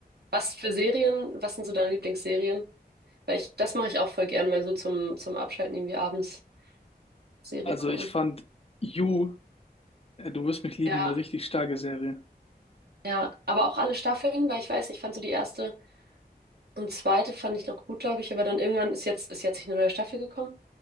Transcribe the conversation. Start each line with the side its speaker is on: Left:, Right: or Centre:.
Right: Was für Serien, was sind so deine Lieblingsserien? Weil ich, das mache ich auch voll gern mal so zum, zum Abschalten irgendwie abends Serie
Left: Also
Right: gucken.
Left: ich fand You Äh, Du wirst mich lieben,
Right: Ja,
Left: eine richtig starke Serie.
Right: ja. Aber auch alle Staffeln, weil ich weiß, ich fand so die erste und zweite fand ich noch gut, glaube ich, aber dann irgendwann ist jetzt, ist jetzt nicht eine neue Staffel gekommen.